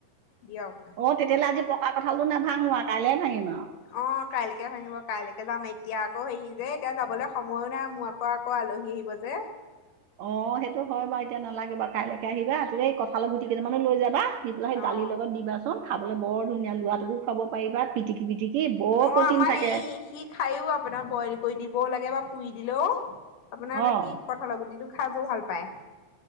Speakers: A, on the left (about 85°); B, on the right (about 70°).
A: দিয়ক।
B: অ তেতিয়াহলে আজি পকা কঠালটো নাভাঙো আও, কাইলে ভাঙিম আও।
A: অঁ কাইলৈকে ভাঙিব, কাইলৈকে যাম এতিয়া আকৌ হেৰি যে এতিয়া যাবলৈ সময়ো নাই মোৰ আ কৌ আলহী আহিব যে।
B: অঁ সেইটো হয় বাৰু, এতিয়া নালাগে বাও কাইলৈকে আহিবা তু এই কঁঠালৈ গুটি কেইটামানো লৈ যাবা। দি পেলাই সেই দালিৰ
A: অ
B: লগত দিবাচোন খাবলৈ বৰ ধুনীয়া লাগিব, ল'ৰাটোকো খাব পাৰিবা, পিটি কি পিটিকি বৰ
A: অ
B: পতিন
A: আমাৰ
B: থাকে।
A: সেই সি খাইয়ো আপোনাৰ বইল কৰি দিবও লাগে বা পুৰি দিলেও, আপোনাৰ
B: অ
A: সি কঁঠালগুতিটো খাই বৰ ভাল পায়।